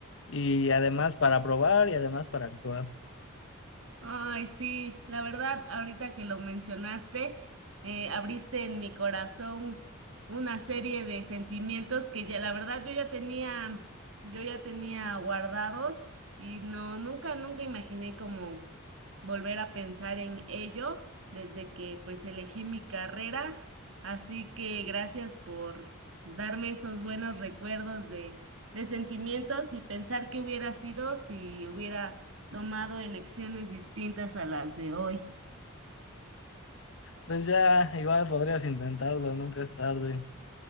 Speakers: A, on the left (about 60°); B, on the right (about 65°).
A: y además para probar y además para actuar.
B: Ay, sí, la verdad, ahorita que lo mencionaste, eh, abriste en mi corazón una serie de sentimientos que ya, la verdad, yo ya tenía, yo ya tenía guardados y no, nunca, nunca imaginé como volver a pensar en ello desde que pues elegí mi carrera. Así que gracias por darme esos buenos recuerdos de, de sentimientos y pensar qué hubiera sido si hubiera tomado elecciones distintas a las de hoy.
A: Pues ya, igual podrías intentarlo, nunca es tarde.